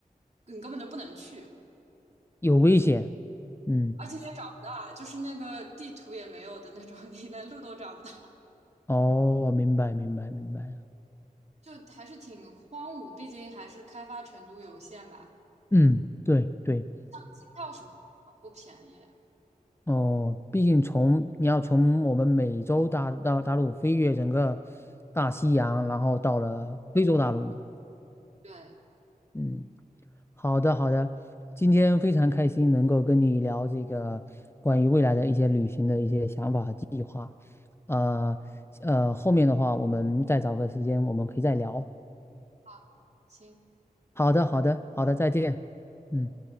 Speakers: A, on the right (about 50°); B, on the left (about 15°).
A: 你根本就不能去，
B: 有危险。嗯
A: 而且也找不到啊，就是那个地图也没有的那种，<laughs> 你连路都找不到，
B: 哦，明白，明白，明白
A: 就还是挺荒芜，毕竟还是开发程度有限吧。
B: 嗯，对对，
A: 机票什么的都不便宜。
B: 哦，毕竟从你要从我们美洲大大大陆飞越整个大西洋，然后到了非洲大陆嘛。
A: 对，
B: 嗯，好的，好的。今天非常开心能够跟你聊这个关于未来的一些旅行的一些想法和计划呃呃，后面的话我们再找个时间我们可以再聊。
A: 啊，行，
B: 好的，好的，好的，再见。嗯。